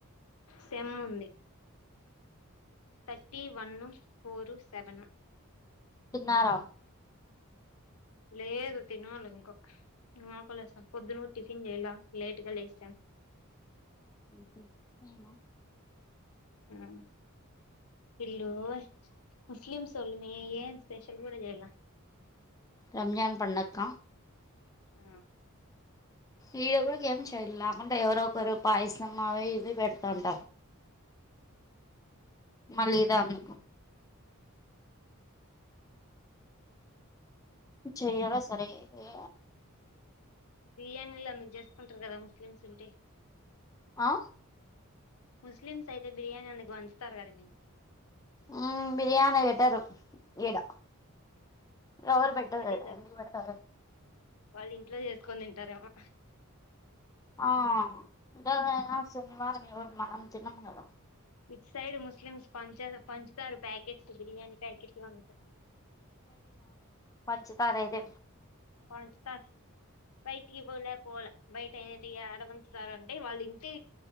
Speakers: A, on the left; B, on the left.
A: సెమ్ ఉంది తర్టీ వన్ ఫోరు సెవను
B: తిన్నారా
A: లేదు తినాలి ఇంక మాకులేస్తాం పొద్దున టిఫిన్ చేయలా లేట్ గా లేస
B: ఉహు అవునా
A: ఆ ఇల్లు ముస్లిమ్స్ ఒళ్ళు మి ఏం స్పెషల్ కూడ చేయలా
B: రంజాన్ పండక్క
A: ఆ
B: ఈడ కూడా ఏం చెయల అంటే ఎవరో ఒకరు పాయస అవి ఇవి పెడతాంట మళ్ళీదా మీకు చెయలే సరే ఏ
A: బిర్యానీలు అంద చేసుకుంటారు కదా ముస్లిమ్స్ ఉంటే
B: అ
A: ముస్లిమ్స్ అయితే బిర్యానీ అందుకు పంచుతారు కదా మీ
B: ఊ బిర్యాణి పెటరు ఈడ ఎవరు పెట్టలేద
A: మళ్ళీ
B: ఎందుకు పెడతారు
A: వాళ్ళు ఇంట్లో చేసుకొని తింటారేమో
B: ఆ గదే ఆ శనివారం ఎవరు మనం తినము కదా
A: విచ్ సైడ్ ముస్లిమ్స్ పంచ పంచుతారు ప్యాకెట్ స్తు బిర్యానీ ప్యాకెట్లు అంతే
B: పంచుతరైతే
A: పంచుతారు బయటికి పోలే పోల బయట ఏంటి ఆడపంచుతారంటే వాళ్ళు ఇంటి